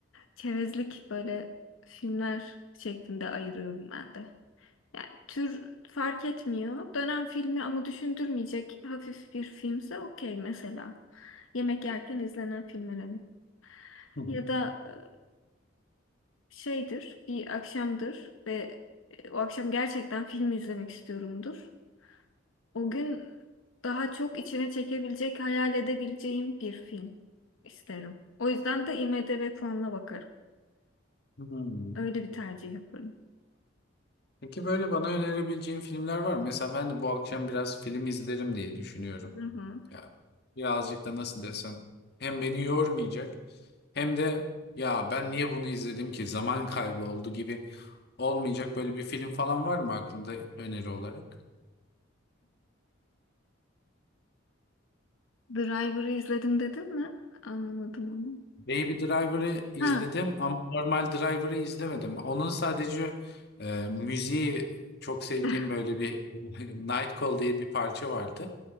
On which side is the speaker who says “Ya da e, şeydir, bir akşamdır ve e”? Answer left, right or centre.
Left